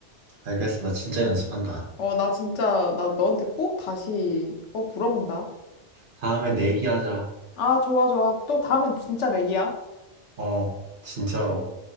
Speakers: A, on the right (about 50°); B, on the left (about 80°).
A: 알겠어. 나 진짜 연습한다.
B: 어, 나 진짜, 나 너한테 꼭 다시, 어, 물어본다.
A: 다음에 내기하자.
B: 아, 좋아, 좋아. 또 다음엔 진짜 내기야.
A: 어, 진짜로.